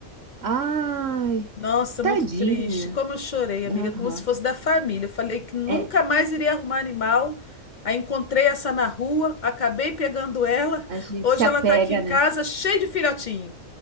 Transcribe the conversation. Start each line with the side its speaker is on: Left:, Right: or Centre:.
Right: Ai.
Left: Nossa,
Right: Tadinha.
Left: muito triste. Como eu chorei, amiga,
Right: Aham.
Left: como se fosse da família. Eu falei que nunca
Right: É,
Left: mais iria arrumar animal. Aí encontrei essa na rua, acabei pegando ela.
Right: a gente
Left: Hoje
Right: se apega,
Left: ela tá aqui em
Right: né?
Left: casa, cheia de filhotinho.